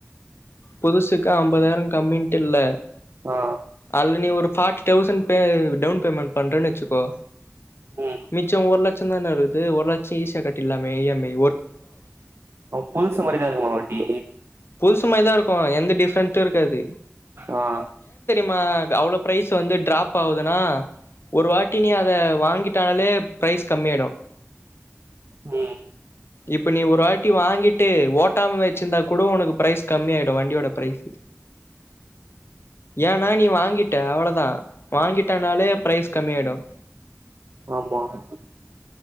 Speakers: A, on the left; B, on the right.
A: புதுசுக்கு அம்பதாயிரம் கம்மின்டில்ல
B: ஆ
A: அல்லு நீ ஒருப் forty thousand pay down payment பண்றேன்னு வச்சுக்கோ
B: ம்
A: மிச்சொ ஒருல தான இருக்குது ஒரு லட்சம் ஈசியா கட்டியர்லாமே இஎம்ஐ
B: புதுசு மாரிதான் இருக்குமா வண்டி
A: புதுசு மாதிதாருக்கோ எந்த டிஃப்ரென்டும் இருக்காது
B: ஆஹ்
A: மா அவ்வளோ பிரைஸ் வந்து டிராப் ஆவுதுனா ஒரு வாட்டி நீ அத வாங்கிட்டாலே பிரைஸ் கம்மியாயிடும்.
B: உஹம்
A: இப்ப நீ ஒரு ஆட்டி வாங்கிட்டு ஓட்டாம வச்சிருந்தா, உனக்கு பிரைஸ் கம்மியாய்டும் வண்டியோட பிரைஸ் ஏன்னா நீ வாங்கிட்ட அவ்ளோதான். வாங்கிட்டனாலே பிரைஸ் கம்மியாடும்
B: ஆமா <inaudible>